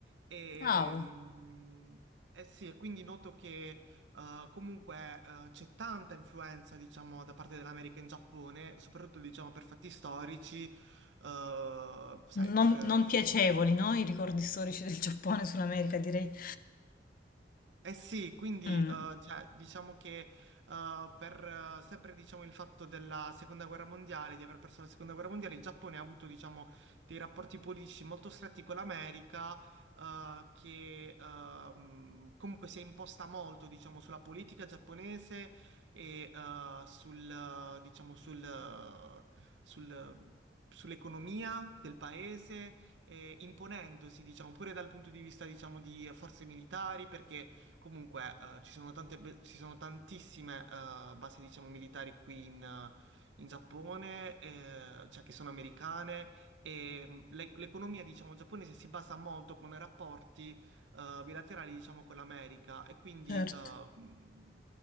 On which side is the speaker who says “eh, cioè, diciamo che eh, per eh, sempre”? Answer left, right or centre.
Right